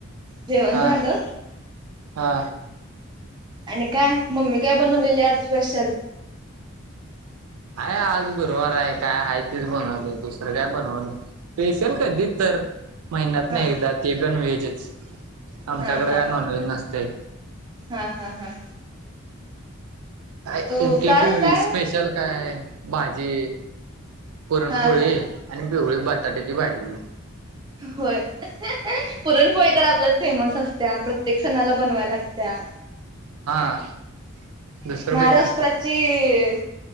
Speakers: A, on the right; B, on the right.
A: जेवण
B: हा
A: झालं
B: हा.
A: आणि काय मम्मी काय बनवलेली आज स्पेशल?
B: आहे आज गुरुवार आहे काय आहे तेच बनवायले दुसरं काय बनवने. स्पेशल कधी तर. महिन्यातन
A: हा
B: एकदा ते पण व्हेजच, आमच्याकडे
A: हा हा
B: काय नॉन व्हेज नसतेय.
A: हा हा हा.
B: हाय, सुटे
A: तू काल
B: बी वीस
A: काय
B: स्पेशल काय भाजी? पुरणपोळी
A: हा हा
B: आणि पिवळी बटाट्याची भाजी.
A: होय, पुरणपोळी तर आपल्यात फेमस अस त्या प्रत्येक सणाला बनवाय लागत्या.
B: आ, दुसरं बी ए
A: राष्ट्राची